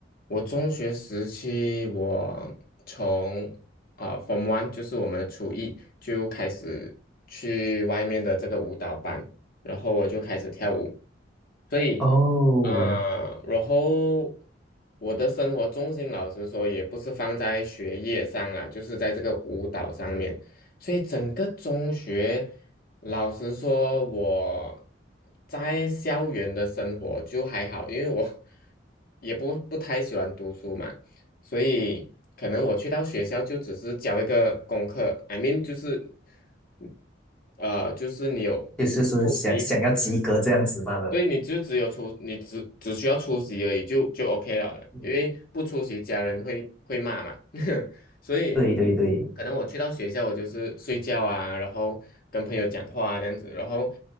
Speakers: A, on the left; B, in the centre.
A: 我中学时期，我从啊、f r o m One 就是我们的初一就开始去外面的这个舞蹈班，然后我就开始跳舞。所以啊，
B: 哦，
A: 然后我的生活重心，老实说，也不是放在学业上啦，就是在这个舞蹈上面。所以整个中学，老实说，我在校园的生活就还好，因为我 <laughs> 也不不太喜欢读书嘛，所以可能我去到学校就只是交一个功课，I mean 就是，嗯呃，就是你有复习。
B: 就是说想想要及格这样子罢了。
A: 所以你就只有出，你只只需要出席而已，就就 OK 了的，
B: 嗯
A: 因为不出席家人会会骂嘛，<laughs> 所以
B: 对对对，
A: 可能我去到学校，我就是睡觉啊，然后跟朋友讲话啊这样子，然后